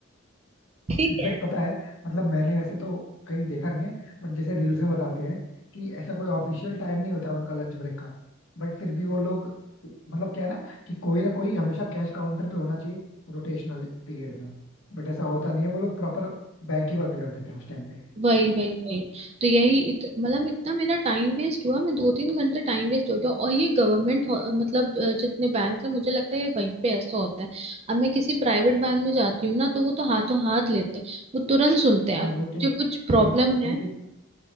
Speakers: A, on the right (about 30°); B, on the left (about 65°).
A: ठीक
B: इनफैक्ट
A: है
B: पता है मतलब मैंने वैसे तो कहीं देखा नहीं है बट जैसे रील्स में बताते हैं कि ऐसा कोई ऑफिशियल टाइम नहीं होता उनका लंच ब्रेक का बट फिर भी वो लोग मतलब क्या है ना कि कोई ना कोई हमेशा कैश काउंटर पे होना चाहिए रोटेशनल पीरियड में बट ऐसा होता नहीं है वो लोग प्रॉपर बैंक ही बंद कर देते हैं उस टाइम पे
A: वही वही वही तो यही इत, मतलब इतना मेरा टाइम वेस्ट हुआ मैं दो तीन घंटे टाइम वेस्ट हो गया और ये गवर्नमेंट मतलब अ, जितने बैंक है मुझे लगता है ये वहीं पे ऐसा होता है अब मैं किसी प्राइवेट बैंक में जाती हूँ ना तो वो तो हाथों हाथ लेते हैं वो तुरंत सुनते हैं
B: हाँ वो तो
A: जो कुछ प्रॉब्लम
B: इन लेकिन
A: है